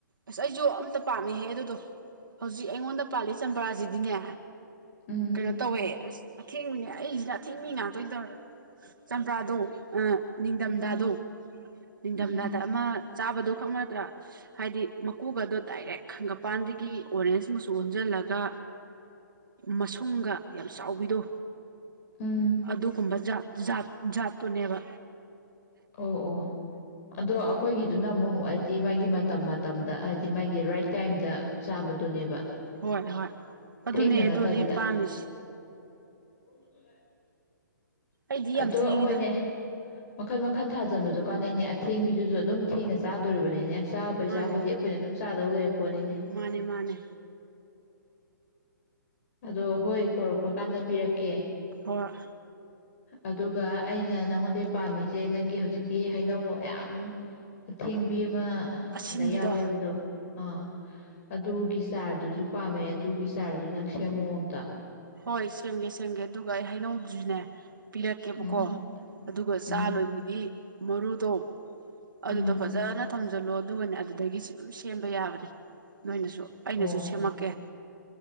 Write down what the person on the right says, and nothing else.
ꯑꯁ ꯑꯩꯁꯨ ꯑꯝꯇ ꯄꯥꯝꯃꯦꯍꯦ ꯑꯗꯨꯗꯣ ꯍꯧꯖꯤꯛ ꯑꯩꯉꯣꯟ ꯄꯥꯂꯤꯦ ꯆꯝꯕꯔꯥꯖꯤꯗꯤꯅꯦ
ꯀꯩꯅꯣ ꯇꯧꯋꯦ ꯑꯁ ꯑꯊꯦꯡꯕꯅꯦ ꯑꯩꯁꯤꯅ ꯑꯊꯦꯡ ꯃꯤ ꯉꯥꯛꯇꯣꯏ ꯇꯧ ꯆꯝꯄ꯭ꯔꯥꯗꯣ ꯅꯤꯡꯊꯝꯊꯥꯗꯣ
ꯅꯤꯡꯊꯝꯊꯥꯗ
ꯑꯃ ꯆꯥꯕꯗꯨ ꯈꯛ ꯅꯠꯇ꯭ꯔꯥ ꯍꯥꯏꯗꯤ ꯃꯀꯨꯒꯗꯣ ꯗꯥꯏꯔꯦꯛꯒꯄꯥꯟꯗꯒꯤ ꯑꯣꯔꯦꯟꯖ ꯃꯨ ꯁꯟꯖꯜꯂꯒ ꯃꯁꯨꯡꯒ ꯌꯥꯝ ꯆꯥꯎꯕꯤꯗꯣ
ꯑꯗꯨꯒꯨꯝꯕ ꯥꯠ ꯇꯥꯅꯦꯕ
ꯍꯣꯏ ꯍꯣꯏ ꯑꯗꯨꯅꯦ
ꯑꯗꯨꯅꯦ ꯄꯥꯝꯃꯤꯁꯦ
ꯑꯩꯗꯤ ꯌꯥꯝ
ꯊꯦꯡꯉꯤꯗ
ꯃꯥꯅꯦ
ꯃꯥꯅꯦ ꯃꯥꯅꯦ
ꯑꯩ
ꯑꯁꯤꯟꯕꯤꯗꯣ
ꯍꯣꯏ ꯁꯦꯝꯒꯦ ꯁꯦꯝꯒꯦ ꯑꯗꯨꯒ ꯑꯩ ꯍꯥꯏꯅꯧꯗ꯭ꯔꯤꯅꯦ ꯄꯤꯔꯛꯀꯦꯕꯀꯣ
ꯑꯗꯨꯒ
ꯆꯥ ꯂꯣꯏꯕꯒꯤ ꯃꯔꯗ ꯑꯗꯨꯗꯣ
ꯐꯖꯅ ꯊꯝꯖꯜꯂꯣ ꯑꯗꯨꯒꯅꯦ ꯑꯗꯨꯗꯒꯤꯁꯨ ꯑꯗꯨꯝ ꯁꯦꯝꯕ ꯌꯥꯕꯅꯦ ꯅꯣꯏꯅꯁꯨ ꯑꯩꯅꯁꯨ
ꯁꯦꯝꯃꯛꯀꯦ